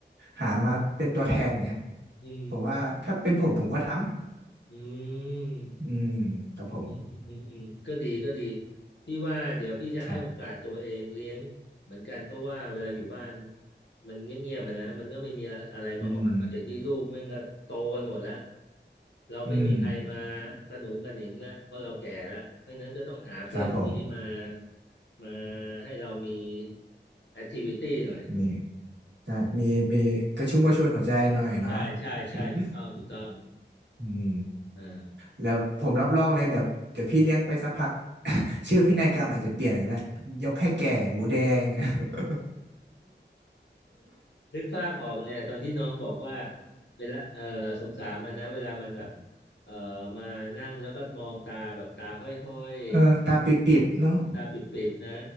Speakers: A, on the right (about 70°); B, on the left (about 70°).
A: หามาเป็นตัวแทนอย่างเงี้ย
B: อืม
A: ผมว่าถ้าเป็นผมผมก็ท
B: อืม
A: ำอืมครับผม
B: อืมอืมอืมอืมก็ดีก็ดีพี่ว่าเดี๋ยวพี่จะให้โอกาสตัวเองเลี้ยงเหมือนกันเพราะว่าเวลาอยู่บ้าน
A: ครับ
B: มันเงียบๆมานะมันก็ไม่มีอะไรมาอ้อนเพราะเดี๋ยวนี้ลูกแม่งก็โตกันหมดแล้ว
A: อืม
B: เราไม่มีใครมา
A: อืม
B: กระหนุงกระหนิงแล้วเพราะเราแก่แล้วเพราะฉะนั้นก็ต้องหาเพื่อนที่มา
A: ครับผม
B: มาให้เรามีแอคทิวิตี้หน่อย
A: มีก็มีมีกระชุ่มกระชวยหัวใจหน่อยเนาะ
B: ใช่ใช่ใช่ถูกต้องถูกต้อง
A: <laughs> อืม
B: อ่า
A: แล้วผมรับรองเลยเดี๋ยวเดี๋ยวพี่เลี้ยงไปสักพัก <laughs> ชื่อพินัยกรรมอาจจะเปลี่ยนก็ได้ยกให้แก่หมูแดง <laughs>
B: นึกภาพออกเลยอะตอนที่น้องบอกว่าเวลาเออสงสารมันนะเวลามันแบบเออมานั่งแล้วก็มองตาแบบตาห้อย
A: เออตาปิบๆเนาะ
B: ๆตาปิบๆนะ